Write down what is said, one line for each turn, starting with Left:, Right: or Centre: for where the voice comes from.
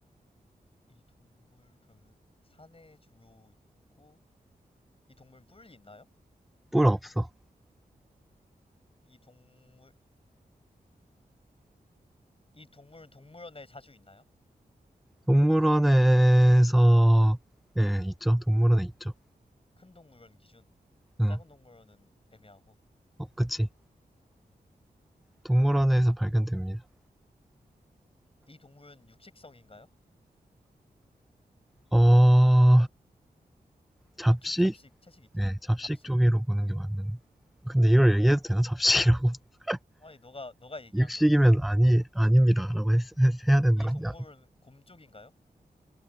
Left: 이 동물 그러면 산에 주로 있고 이 동물은 뿔이 있나요?
Centre: 뿔 없어.
Left: 이 동물 이 동물은 동물원에 자주 있나요?
Centre: 동물원에서 예, 있죠. 동물원에 있죠.
Left: 큰 동물원 기준
Centre: 응.
Left: 작은 동물원은 애매하고
Centre: 어, 그치. 동물원에서 발견됩니다.
Left: 이 동물은 육식성인가요?
Centre: 어, 잡식?
Left: 육식 잡식 채식 있잖아.
Centre: 네, 잡식
Left: 아 잡식.
Centre: 쪽으로 보는 게 맞는. 근데 이걸 얘기해도 되나? 잡식이라고? <laughs>
Left: 아니 너가 너가 얘기한
Centre: 육식이면
Left: 건 뭔지.
Centre: 아니, 아닙니다. 라고 했, 했- 해야 되는
Left: 이
Centre: 거냐?
Left: 동물은 곰 쪽인가요?